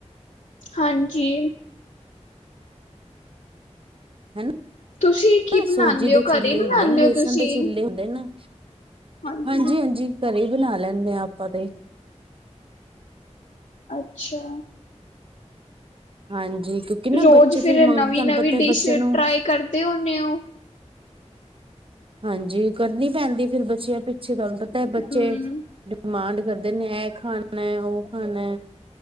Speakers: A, on the left; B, on the right.
A: ਹਾਂਜੀ,
B: ਹਨਾ
A: ਤੁਸੀਂ ਕੀ
B: ਨਾ
A: ਬਣਾਉਂਦੇ
B: ਸੂਜੀ ਦੇ
A: ਹੋ ਘਰੇ
B: ਚਿੱਲੇ ਹੁੰਦੇ
A: ਬਣਾਉਂਦੇ
B: ਨੇ ਬੇਸਣ
A: ਹੋ ਤੁਸੀਂ
B: ਦੇ ਚਿੱਲੇ ਹੁੰਦੇ ਨਾ,
A: ਹਾਂਜੀ
B: ਹਾਂਜੀ-ਹਾਂਜੀ ਘਰੇ ਹੀ ਬਣਾ ਲੈਂਨੇ ਆ ਆਪਾਂ ਤੇ,
A: ਅੱਛਾ,
B: ਹਾਂਜੀ ਨਾ
A: ਰੋਜ਼
B: ਬੱਚੇ
A: ਫੇਰ
B: ਫਿਰ ਮੰਗਦੇ
A: ਨਵੀਂ-ਨਵੀਂ
B: ਤੁਹਾਨੂੰ ਪਤਾ
A: ਡਿਸ਼
B: ਬੱਚੇ ਨੂੰ
A: ਟਰਾਈ ਕਰਦੇ ਹੁਨੇ ਔ।
B: ਹਾਂਜੀ ਕਰਨੀ ਪੈਂਦੀ ਫੇਿਰ ਬੱਚਿਆਂ ਪਿੱਛੇ ਤੁਹਾਨੂੰ ਪਤਾ ਬੱਚੇ
A: ਹਮ
B: ਡਿਮਾਂਡ ਕਰਦੇ ਨੇ ਇਹ ਖਾਣਾ ਉਹ ਖਾਣਾ